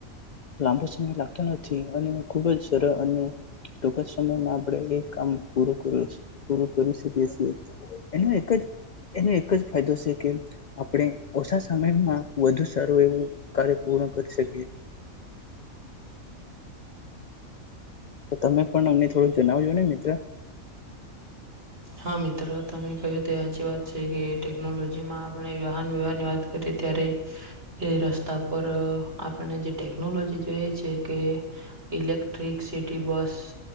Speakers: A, on the left; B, on the right.
A: લાંબો સમય લાગતો નથી અને ખુબ જ સરળ અને ટૂંક જ સમયમાં આપણે એ કામ પૂરુ કરયુ પૂરું કરી શકીએ છીએ. એનો એક જ એનો એક જ ફાયદો શે કે આપણે ઓછા સમયમાં વધુ સારું એવું કાર્ય પૂર્ણ કરી શકીએ. તો તમે પણ અમને થોડું જણાવજો ને મિત્ર
B: હા મિત્ર તમે કહ્યું તો સાચી વાત છે કે ટેકનોલોજીમાં આપણે વાહન વ્યવહારની વાત કરીએ ત્યારે એ રસ્તા પર આપને જે ટેકનોલોજી જોઈએ છે કે ઇલેક્ટ્રિક સિટી બસ